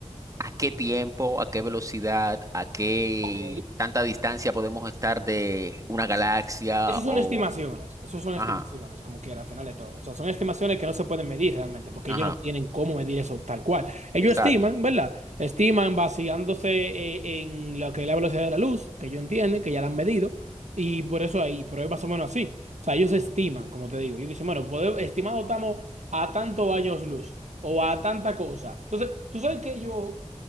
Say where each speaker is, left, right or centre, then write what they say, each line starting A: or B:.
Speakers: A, on the right; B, on the right.
A: a qué tiempo, a qué velocidad, a qué
B: Ok.
A: tanta distancia podemos estar de una galaxia
B: Esas son
A: o...
B: estimaciones, eso son estimaciones,
A: Ajá,
B: como quiera, al final de todo. O sea, son estimaciones que no se pueden medir realmente, porque
A: ajá,
B: ellos no tienen cómo medir eso tal cual. Ellos
A: exacto.
B: estiman, ¿verdad? Estiman basándose eh, en lo que es la velocidad de la luz, que ellos entienden, que ya la han medido, y por eso ahí, pero es más o menos así. O sea, ellos estiman, como te digo. Ellos dicen, bueno, pode- estimado estamos a tantos años luz, o a tanta cosa. Entonces, tú sabes que yo,